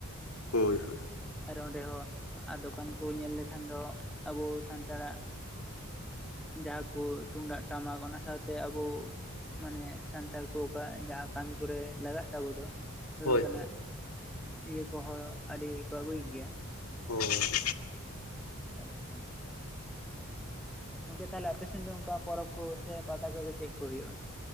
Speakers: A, on the left; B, in the centre.
A: ᱦᱳᱭ ᱦᱳᱭ᱾
B: ᱟᱨ ᱚᱸᱰᱮ ᱦᱚᱸ ᱟ ᱫᱚᱠᱟᱱ ᱠᱚ ᱧᱮᱞ ᱞᱮᱠᱷᱟᱱ ᱫᱚ ᱟᱵᱚ ᱥᱟᱱᱛᱟᱲᱟᱜ᱾ ᱡᱟᱦᱟᱸ ᱠᱚ ᱛᱩᱢᱫᱟᱜ, ᱴᱟᱢᱟᱠ ᱚᱱᱟ ᱥᱟᱶᱛᱮ ᱟᱵᱚ ᱢᱟᱱᱮ ᱥᱟᱱᱛᱟᱲ ᱠᱚ ᱚᱠᱟ ᱡᱟᱦᱟᱸ ᱠᱟᱹᱢᱤ ᱠᱚᱨᱮ ᱞᱟᱜᱟᱜ ᱛᱟᱵᱚ ᱫᱚ।
A: ᱦᱳᱭ
B: ᱚᱝᱠᱟᱱᱟᱜ ᱤᱭᱟᱹ ᱠᱚᱦᱚᱸ ᱟᱹᱰᱤ ᱠᱚ ᱟᱹᱜᱩᱭ ᱜᱮᱭᱟ।
A: ᱦᱳᱭ᱾
B: ᱮᱠᱟᱞ ᱮᱠᱟᱞ᱾ ᱜᱚᱝᱠᱮ ᱛᱟᱦᱞᱮ ᱟᱯᱮ ᱥᱮᱱ ᱫᱚ ᱚᱝᱠᱟ ᱯᱚᱨᱚᱵᱽ ᱠᱚ ᱥᱮ ᱯᱟᱛᱟ ᱠᱚᱫᱚ ᱪᱮᱫ ᱠᱚ ᱦᱩᱭᱩᱜ-ᱟ?